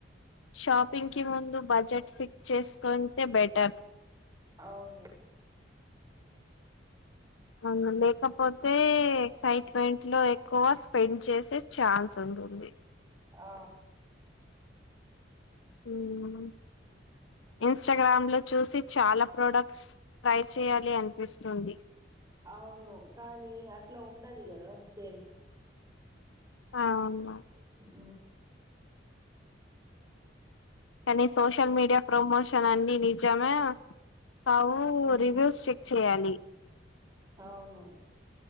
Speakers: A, on the left; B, on the right.
A: షాపింగ్ కి ముందు బడ్జెట్ ఫిక్స్ చేసుకుంటే బెటర్.
B: అవును
A: అవును.
B: ఉమ్,
A: లేకపోతే ఎక్సైట్మెంట్ లో ఎక్కువ స్పెండ్ చేసే ఛాన్స్ ఉంటుంది.
B: ఆ
A: మ్ ఇన్స్టాగ్రామ్ లో చూసి చాలా ప్రాడక్ట్స్ ట్రై చేయాలి అనిపిస్తుంది.
B: అవును. కానీ అట్లా ఉండది కదా సేమ్. <unintelligible>
A: అవును కానీ సోషల్ మీడియా ప్రమోషన్ అన్నీ నిజమే కావు
B: ఉమ్,
A: రివ్యూస్ చెక్ చెయ్యాలి.
B: అవును